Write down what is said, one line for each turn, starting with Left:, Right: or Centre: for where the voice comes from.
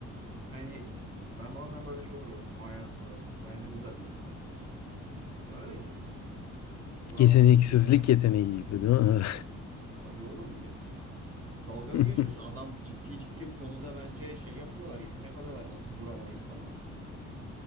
Right: Hani ben bazen böyle şey oluyorum. Vay anasını bence bu da bir yetenektir. Ben öyle inanıyorum.
Left: <laughs>
Right: Vuramaması
Left: Yeteneksizlik
Right: bir yetenek.
Left: yeteneği gibi değil mi?
Right: Tabii oğlum ya. Dalga
Left: <laughs>
Right: mı geçiyorsun? Adam ciddi ciddi bu konuda bence şey yapıyorlar, yetenek alıyorlar nasıl vuramayız falan.